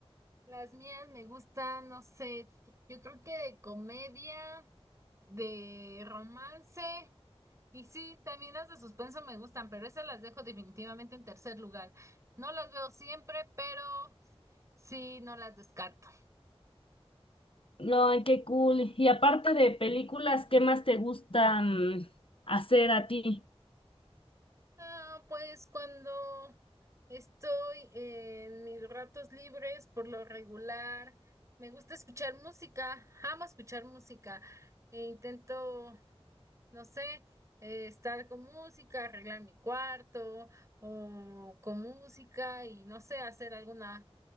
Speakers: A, on the right; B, on the left.
A: Las mías me gustan, no sé, yo creo que de comedia, de romance, y sí, también las de suspenso me gustan, pero esas las dejo definitivamente en tercer lugar. No las veo siempre, pero sí, no las descarto.
B: No, ay, qué cool. Y aparte de películas, ¿qué más te gustan hacer a ti?
A: Ah, pues cuando estoy en mis ratos libres, por lo regular, me gusta escuchar música, amo escuchar música. E intento no sé, eh, estar con música, arreglar mi cuarto o con música y no sé, hacer alguna